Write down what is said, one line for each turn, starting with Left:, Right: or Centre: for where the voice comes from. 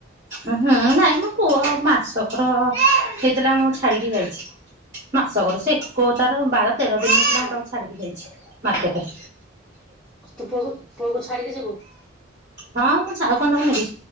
Right: ହୁଁ, ନାଇଁ ମୋ ପୁଅ ମାସକର ହେଇଥିଲା। ମୁଁ ଛାଡିକି ଯାଇଛି। ମାସକର ସେ ଏକୋ ତାର ବାର ତେର ଦିନ ହେଇଥିଲା, ମୁଁ ତାକୁ ଛାଡିକି ଯାଇଛି ମାର୍କେଟେ।
Centre: ତୁ ପୁଅକୁ ପୁଅକୁ ଛାଡିକି ଯିବୁ।
Right: ହଁ, ମୁଁ ଛାଉ ଖଣ୍ଡକୁ ନେବି।